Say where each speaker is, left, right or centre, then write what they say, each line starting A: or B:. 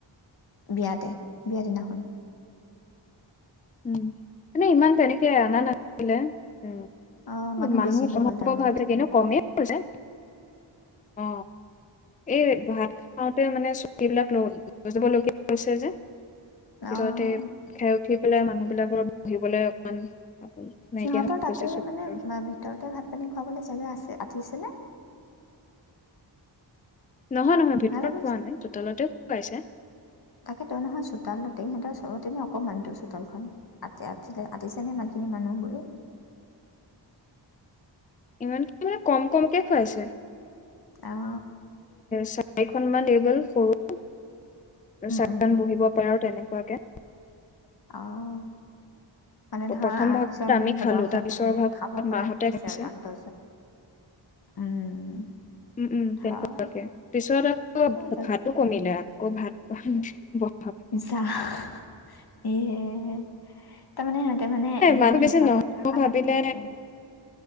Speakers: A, on the left; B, on the left.
A: বিয়াতে বিয়া দিনাখন
B: উম এনেই ইমান তেনেকে অনা নাছিলে উ
A: অঁ
B: মানুহ
A: বেছি হৈ
B: কমাব
A: গ'ল তাৰমানে
B: ভাবছে
A: অঁ
B: কিন্তু কমেই ভল যে অ এই ভাত খাওঁতে মানে সেইবিলাক ল লৈ যাব লগীয়া হৈছে যে
A: অঁ
B: সতে উ খাই উঠি পেলাই মানুহবিলাকৰ বহিবলৈ অকমান আপোন নাইকিয়া
A: সিহতৰ
B: হৈ
A: তাতে
B: গৈছে চকী
A: মানে
B: আৰু
A: ভিতৰতে ভাত পানী খুৱাবলৈ জেগা আছে আতিছেনে
B: নহয় নহয় ভিতৰত
A: সিহঁততো
B: খোৱা নাই চোতালতে কাইছে
A: তাকে তই নহয় চোতাল ততেই সিহঁতৰ তেনে অকণমানটোৰ চোতালখন আ আতিছে নে ইমানখিনি মানুহ বোৰো
B: ইমান কি মানে কম কমকে খুৱাইছে
A: অ অ
B: চাৰিখন মান এইবল সৰু চান
A: অঁ
B: বহিব পাৰে আৰু তেনেকে পাকে
A: অঁ মানে ধৰ
B: প্ৰথম
A: আঠজন
B: ভাগত আমি
A: বা
B: খালো
A: দহজনমান
B: তাৰ পিছৰ
A: এনেকৈ
B: ভাগত
A: খাব পৰাকৈ
B: মাহতে
A: দিছে
B: খাইছে
A: আৰু আঠ দহজন উম।
B: উ উম
A: হয়
B: তেনেকুৱাকে পিছত আকৌ
A: হৈ যাক
B: ভাতো কমিলে ভাত প ব
A: জা সয়ে <inaudible> তাৰমানে সিহঁতে মানে ইমান
B: মানুহ বেছি
A: হিচাপত
B: নহ'ব
A: ৰখা
B: ভাবিলে
A: নাছিল চাগে